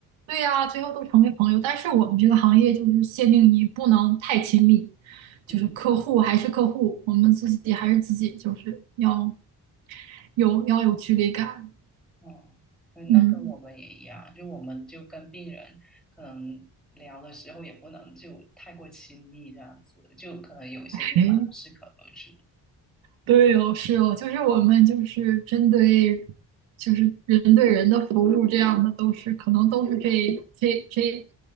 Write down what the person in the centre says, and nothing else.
点。
嗯，
没错。
哦，嗯那跟我们也一样，
就我们就跟病人可能聊的时候也不能就太过亲密这样子，就可能有一些地方要适可而止。